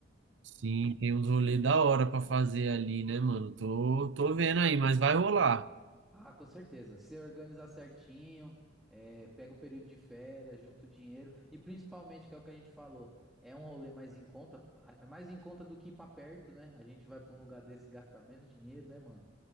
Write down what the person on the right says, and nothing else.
Sim, tem uns rolês da hora pra fazer ali, né, mano? Tô, tô vendo aí, mas vai rolar.